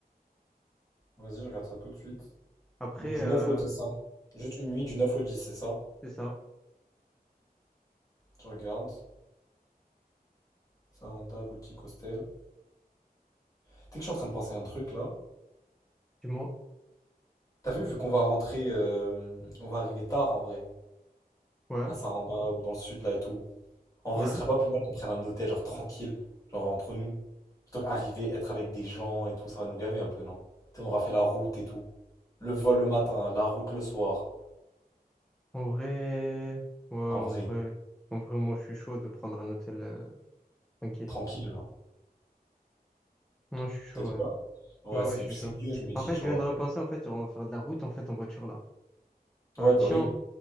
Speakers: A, on the left (about 20°); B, in the centre.
A: vas-y, je regarde ça tout de suite.
B: Après,
A: Donc du
B: euh,
A: 9 au 10, hein. Juste une nuit, du 9 au 10, c'est ça?
B: c'est ça.
A: Je regarde. Saranda, boutique, hostel. Tu sais que je suis en train de penser à un truc là.
B: Dis-moi.
A: T'as vu, vu qu'on va rentrer, euh, on va arriver tard en vrai,
B: Ouais,
A: à Saranda ou dans le sud là et tout. En vrai,
B: ouais.
A: ce serait pas plus mal qu'on prenne un hôtel genre tranquille, genre entre nous. Plutôt qu'arriver, être avec des gens et tout, ça va nous gaver un peu, non? Tu sais, on aura fait la route et tout. Le vol le matin, la route le soir.
B: En vrai, ouais, en
A: En vrai.
B: vrai, en vrai, moi je suis chaud de prendre un hôtel euh, tranquille.
A: Tranquille, genre.
B: Moi je suis chaud,
A: T'as dit
B: ouais.
A: quoi? Ouais,
B: bah
A: c'est
B: ouais, je suis
A: c'est
B: chaud.
A: mieux, je me dis,
B: En fait,
A: tu
B: je
A: vois.
B: viens de repenser, en fait, on va faire de la route, en fait, en voiture, là. Ça
A: Ouais,
B: va être
A: bah
B: chiant.
A: oui,